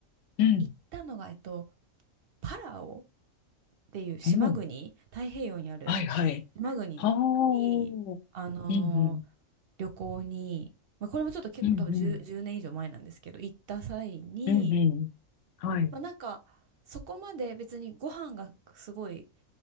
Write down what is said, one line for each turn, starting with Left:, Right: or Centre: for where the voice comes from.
Left: ん。うん
Right: 行ったのが、えっと、パラオっていう島国、
Left: うん
Right: 太平洋にある
Left: はいはい。
Right: 島国に、
Left: はあ、うん
Right: あのー旅行に、
Left: うん、
Right: まあ、これもちょっと結構多分10、
Left: うんうん、
Right: 年以上前なんですけど、行った際に、
Left: うんうん、はい、
Right: まあ、なんか、そこまで別にご飯がすごい